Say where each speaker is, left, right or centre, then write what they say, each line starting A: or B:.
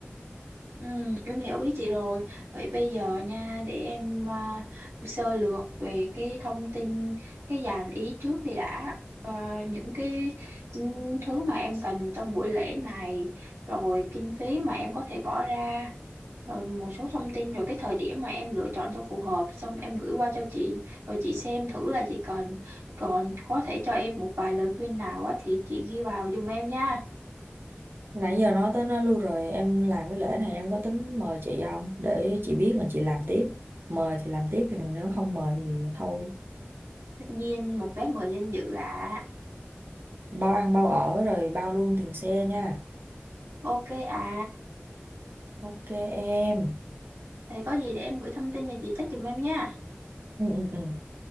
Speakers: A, on the right; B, on the right.
A: Ừ, em hiểu ý chị rồi. Vậy bây giờ nha, để em à, sơ lược về cái thông tin, cái dàn ý trước đi đã. À, những cái ừ, thứ mà em cần trong buổi lễ này, rồi kinh phí mà em có thể bỏ ra, rồi một số thông tin, rồi cái thời điểm mà em lựa chọn cho phù hợp, xong em gửi qua cho chị, rồi chị xem thử là chị cần. Còn có thể cho em một vài lời khuyên nào á, thì chị ghi vào giùm em nha.
B: Nãy giờ nói tới nó luôn rồi em làm cái lễ này em có tính mời chị không để chị biết mà chị làm tiếp mời thì làm tiếp còn nếu không mời thì thôi
A: Tất nhiên một vé mời danh dự ạ.
B: bao ăn bao ở rồi bao luôn tiền xe nha
A: Ok ạ.
B: ok em
A: Thì có gì để em gửi thông tin cho chị trách giùm em nha.
B: ừ, ừ, ừ.